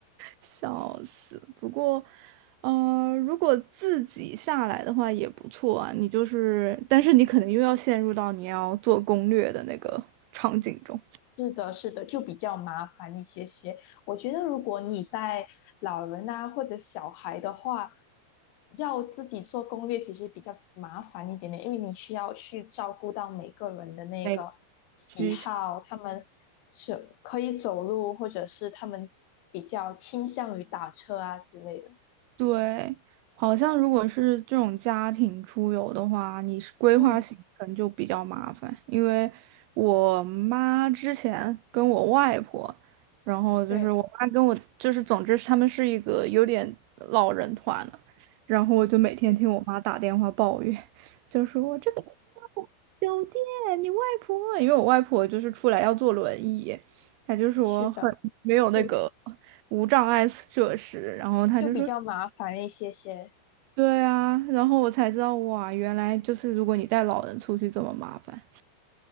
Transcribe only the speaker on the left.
是的，是的，就比较麻烦一些些。我觉得如果你带老人啊或者小孩的话，要自己做攻略其实比较麻烦一点点，因为你需要去照顾到每个人的那个喜好，
他们是可以走路，或者是他们比较倾向于打车啊之类的。
嗯，
对，
嗯
是的，就
就比较麻烦一些些。